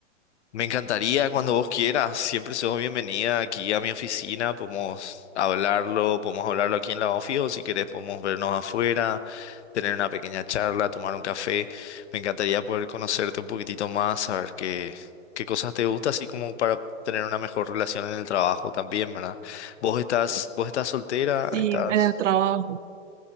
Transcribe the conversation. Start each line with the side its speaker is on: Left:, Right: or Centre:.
Left: Me encantaría cuando vos quieras. Siempre sos bienvenida aquí a mi oficina. Podemos hablarlo, podemos hablarlo aquí en la oficina o si querés podemos vernos afuera, tener una pequeña charla, tomar un café. Me encantaría poder conocerte un poquitito más, saber qué, qué cosas te gustan, así como para tener una mejor relación en el trabajo también, ¿verdad? ¿Vos estás, vos estás soltera?
Right: Sí,
Left: ¿Estás...?
Right: en el trabajo.